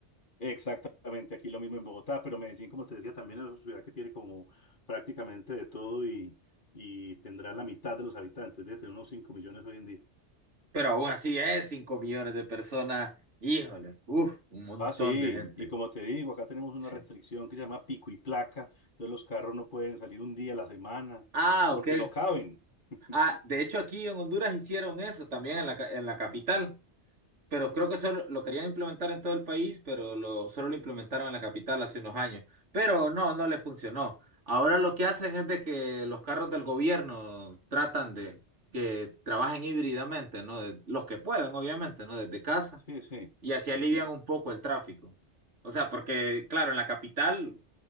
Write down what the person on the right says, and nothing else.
Pero aún así es 5 millones de personas. Híjole, uff, un montón
de gente.
Sí.
Ah,
ok.
Ah, de hecho aquí en Honduras hicieron eso también en la, ca- en la capital. Pero
creo que solo lo querían implementar en todo el país, pero lo, solo lo implementaron en la capital hace unos años. Pero no, no le funcionó. Ahora lo que hacen es de que los carros del gobierno tratan de que trabajen híbridamente, ¿no? De- los que pueden, obviamente, ¿no? Desde casa.
Y así alivian
un poco el tráfico. O sea, porque, claro, en la capital